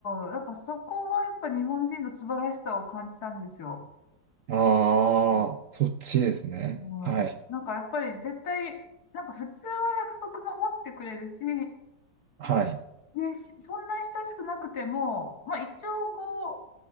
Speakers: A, on the left; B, on the right.
A: うん、やっぱそこはやっぱ日本人の素晴らしさを感じたんですよ。
B: ああ、
A: う
B: そっちですね。
A: ん、
B: はい、
A: うんなんかやっぱり絶対、なんか普通は約束守ってくれるし、
B: はい、
A: ね、しそんな親しくなくても、まあ一応こ